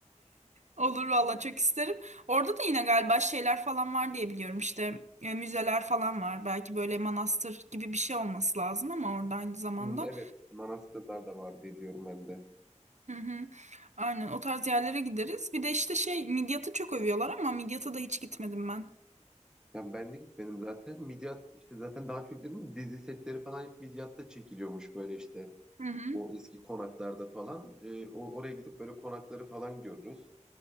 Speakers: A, on the right; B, in the centre.
A: Olur valla çok isterim. Orada da yine galiba şeyler falan var diye biliyorum işte e, müzeler falan var. Belki böyle manastır gibi bir şey olması lazım ama orada aynı zamanda.
B: Hmm, evet manastırlar da var diye biliyorum ben de.
A: Hı hı. Aynen o tarz yerlere gideriz. Bir de işte şey Midyat'ı çok övüyorlar ama Midyat'a da hiç gitmedim ben.
B: Yani ben de gitmedim zaten. Midyat işte zaten daha çok dedim ya, dizi setleri falan hep Midyat'ta çekiliyormuş böyle işte.
A: Hı hı.
B: O eski konaklarda falan. Ee, o, oraya gidip böyle konakları falan görürüz.